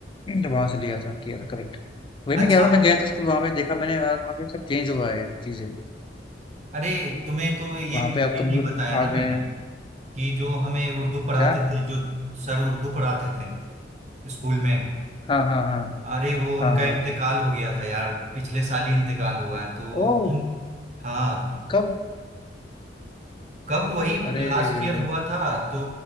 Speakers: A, on the left (about 25°); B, on the right (about 40°).
A: <clears throat> वहाँ से लिया था किया था करेक्ट वही मैं
B: अच्छा
A: कह रहा हूँ मैं गया था स्कूल वहाँ पे देखा मैंने यार वहाँ पे सब चेंज हुआ है चीजें
B: अरे तुम्हें तो ये ये
A: वहाँ पे अब कंप्यूटर
B: नहीं बताया ना
A: आ
B: मैंने
A: गए हैं
B: कि जो हमें उर्दू पढ़ाते
A: क्या
B: थे जो सर उर्दू पढ़ाते थे स्कूल में
A: हाँ हाँ हाँ
B: अरे वो उनका
A: हाँ हाँ
B: इंतकाल हो गया था यार पिछले साल ही इंतकाल हुआ है तो
A: ओ
B: हम- हाँ
A: कब
B: कब वही
A: अरे
B: लास्ट ईयर हुआ था तो